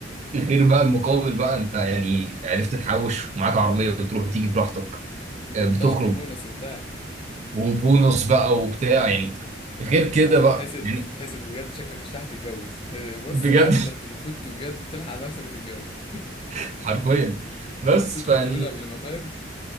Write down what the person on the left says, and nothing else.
وطبعا
في بونص وبتاع
هتتحسد
تتحسد بجد شكلك مش هتتجوز إيه، بص
بقى انت تفوت بجد تلحق نفسك وتتجوز
اتبسط
لك يومين قبل ما فاهم